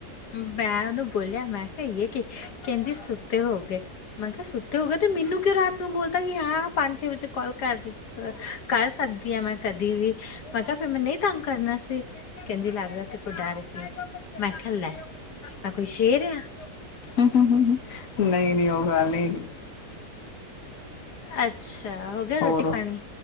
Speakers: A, on the left; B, on the left.
A: ਮੈਂ ਉਹਨੂੰ ਬੋਲਿਆ, ਮੈਂ ਕੇ ਇਹ ਕਿ ਕਹਿੰਦੀ ਸੁੱਤੇ ਹੋਗੇ। ਮੈਂ ਕਿਹਾ ਸੁੱਤੇ ਹੋ ਗਏ ਤੇ ਮੈਨੂੰ ਕਿਉਂ ਰਾਤ ਨੂੰ ਬੋਲਤਾ ਕਿ ਹਾਂ ਪੰਜ ਛੇ ਵਜੇ ਕਾਲ ਕਰ ਲਈ। ਕਰ ਸਕਦੀ ਹਾਂ ਮੈਂ ਕਦੀ ਵੀ, ਪਤਾ ਫਿਰ ਮੈਂ ਤੰਗ ਨਹੀ ਕਰਨਾ ਸੀ। ਕਹਿੰਦੀ ਲੱਗਦਾ ਤੇ ਕੋ ਡਰ ਗੀ ਏ। ਐਹ ਲੈ, ਮੈਂ ਕੋਈ ਸੇ਼ਰ ਆਂ।
B: ਨਹੀਂ -ਨਹੀਂ ਉਹ ਗੱਲ ਨੀ।
A: ਅੱਛਾ। ਹੋ ਗਿਆ
B: ਹੋਰ,
A: ਰੋਟੀ ਪਾਣੀ